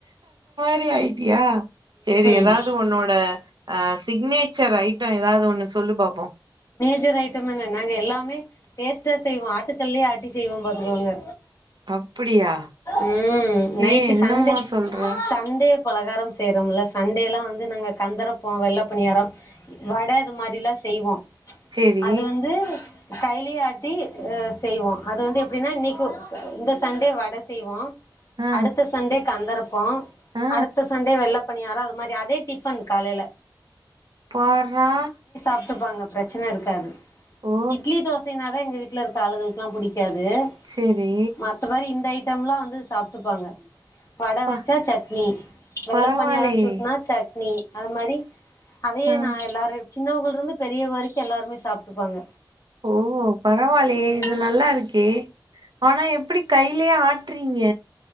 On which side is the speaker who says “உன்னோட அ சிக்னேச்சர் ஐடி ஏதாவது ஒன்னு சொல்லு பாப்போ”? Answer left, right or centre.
Right